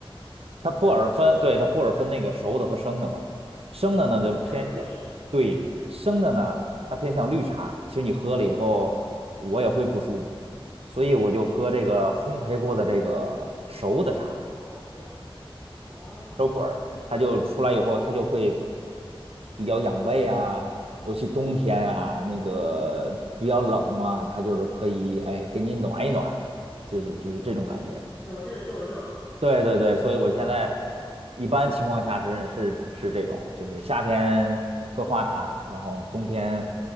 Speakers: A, on the right; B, on the left.
A: 它普洱分，
B: 啊，
A: 对，它普洱分那个熟的和生的嘛，生的呢就偏向，
B: 养胃，
A: 对，生的呢它偏向绿茶，其实你喝了以后我也会不舒服，所以我就喝这个烘焙过的这个熟的茶，
B: 嗯，熟普洱，哦，
A: 熟普洱，它就出来以后它就会比较养胃啊，尤其冬天呀、那个比较冷嘛，它就是可以哎给你暖一暖，就是就是这种感觉。
B: 嗯，有这个作用，
A: 对对对，所以我现在
B: 哦，
A: 一般情况下是是是这种，就是夏天喝花茶，然后冬天